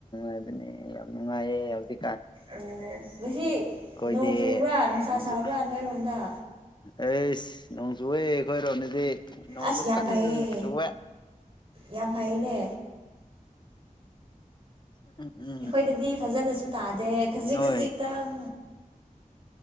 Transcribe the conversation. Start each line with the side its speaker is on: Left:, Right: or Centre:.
Left: ꯎꯝꯅꯦ ꯅꯨꯡꯉꯥꯏꯌꯦ ꯍꯧꯗꯤ
Right: ꯑꯣ ꯉꯁꯤ
Left: ꯑꯩꯈꯣꯏꯗꯤ
Right: ꯅꯣꯡ ꯆꯨꯕ꯭ꯔꯥ ꯅꯨꯡꯁꯥ ꯁꯥꯕ꯭ꯔꯥ ꯅꯣꯏꯔꯣꯝꯗ
Left: ꯑꯩꯁ ꯅꯣꯡ ꯆꯨꯑꯦ ꯑꯩꯈꯣꯏ ꯔꯣꯝꯅꯤꯗꯤ ꯅꯣꯡꯁꯨ
Right: ꯑꯁ ꯌꯥꯝ
Left: ꯀꯟꯅ
Right: ꯐꯩꯌꯦ
Left: ꯆꯨꯑꯦ
Right: ꯌꯥꯝ ꯐꯩꯅꯦ
Left: <inaudible>
Right: ꯑꯩꯈꯣꯏꯗꯗꯤ ꯐꯖꯅꯁꯨ ꯇꯥꯗꯦ ꯈꯖꯤꯛ
Left: ꯅꯣꯏ
Right: ꯈꯖꯤꯛ ꯈꯤꯇꯪ